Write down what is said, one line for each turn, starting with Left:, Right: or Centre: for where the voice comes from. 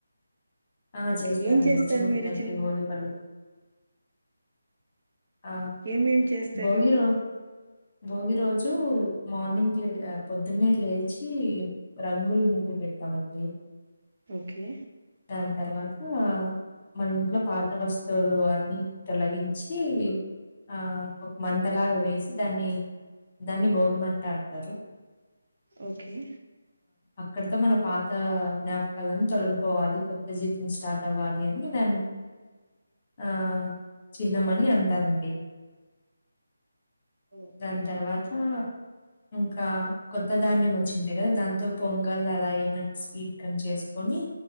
Left: ఆ
Right: ఓకే.
Left: చేస్తారండి
Right: ఏం చేస్తారు
Left: చిన్న పిల్లలకి
Right: మీరు
Left: భోగి పండ్లు ఆ
Right: ఏమేమి చేస్తారు?
Left: భోగి రో భోగి రోజు మార్నింగ్ లే పొద్దున్నేరు లేచి రంగులు ముగ్గు పెడట్టామండి
Right: ఓకే
Left: దాని తర్వాత మన ఇంట్లో పాత వస్తువులు అన్నిీ తొలగించి ఆ ఒక మంటలాగా వేసి దాన్ని దాన్ని భోగి మంట అంటారు
Right: ఓకే
Left: అక్కడతో మన పాత జ్ఞాపకాలని తొలగిపోవాలి కొత్త జీవితం స్టార్ట్ అవ్వాలి అని దా ఆ చిహ్నం అని అం టా రండి
Right: ఓకే.
Left: దాని తర్వాత ఇంకా కొత్త ధాన్యం వచ్చింటాయి కదా దాంతో పొంగల్ అలా ఏమైన్నా స్వీట్ కని చేసుకొని